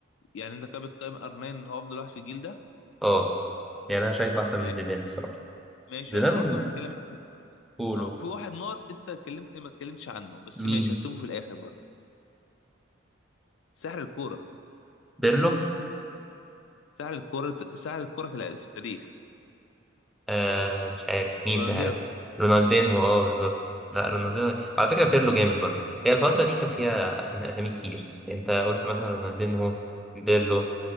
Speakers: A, on the left (about 70°); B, in the centre.
A: يعني انت كده بتقيم ار 9 هو افضل واحد في الجيل ده
B: اه يعني انا شايفه احسن من
A: ماشي
B: زيدان الصراحة
A: ماشي
B: زيدان
A: انا برضو هتكلم
B: كولو
A: آه، في واحد ناقص انت اتكلمت ما اتكلمتش عنه بس
B: مين
A: ماشي هسيبه في الاخر برضه سحر الكوره
B: بيرلو
A: سحر الكوره سحر الكوره في الع- في التاريخ
B: آه مش عارف مين
A: رونالدينو
B: مش عارف رونالدينهو اه بالظبط لا رونالدينهو على فكرة بيرلو جامد برضه هي الفترة دي كان فيها أسم- أسامي كتير أنت قلت مثلا رونالدينهو بيرلو